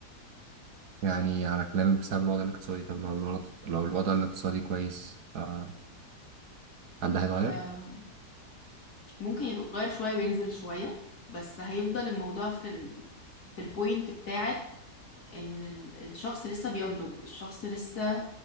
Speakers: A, on the right; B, on the left.
A: يعني على كلامك بسبب الوضع الاقتصادي طب لو الوضع لو الوضع الاقتصادي كويس آه، هل ده هيتغير
B: أم، ممكن يتغير شوية وينزل شوية بس هيفضل الموضوع في ال... في البوينت بتاعت إن ال- الشخص لسه بينضج الشخص لسه